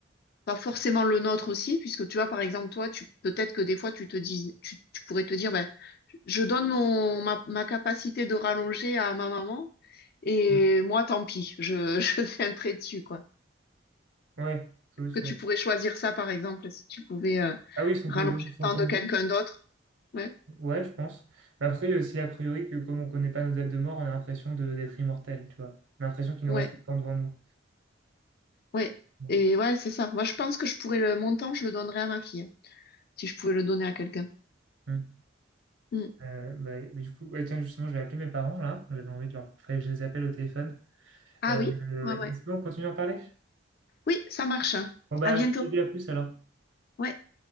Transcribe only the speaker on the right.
Mm.
Ouais. ça aussi,
c'est-
Ah oui, si on
pouvait donner son
temps
de
vie,
ouais, je pense. Mais après, il y a aussi a priori que comme on connaît pas nos dates de mort, on a l'impression de- d'être immortel, tu vois. On a l'impression qu'il nous
reste tout le temps devant nous.
Bon.
Mm.
Euh, bah, mais du coup, ouais, tiens, justement, je vais appeler mes parents, là. J'avais envie de leur... Fallait que je les appelle au téléphone.
Euh,
mais c'est bon, continue à en parler?
Bon, bah,
je te dis à plus alors.